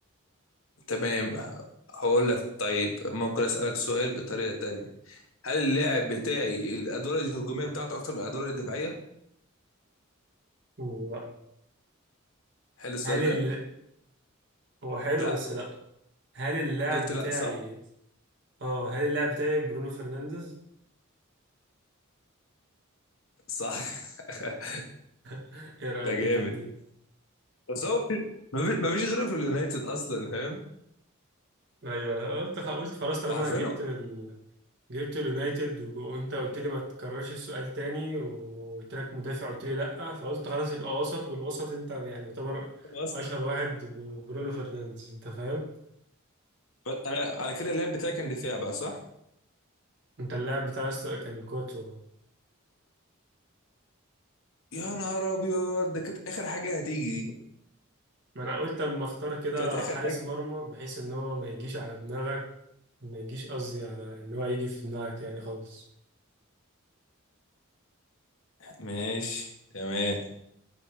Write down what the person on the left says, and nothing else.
تمام هقول لك طيب ممكن أسألك سؤال بطريقة تانية هل اللاعب بتاعي الأدوار الهجومية بتاعته أكتر من الأدوار الدفاعية؟
حلو السؤال
ده؟
لا
قلت لا
صح؟
صح <laughs>
لا جامد
بس هو مفيش مفيش غيره في اليونايتد أصلا فاهم؟
ده عارفين
هو
هو أصلا
بس أنا على كده اللاعب بتاعي كان دفاع بقى صح؟
يا نهار أبيض ده كانت آخر حاجة هتيجي دي
كانت آخر
حاجة
ماشي تمام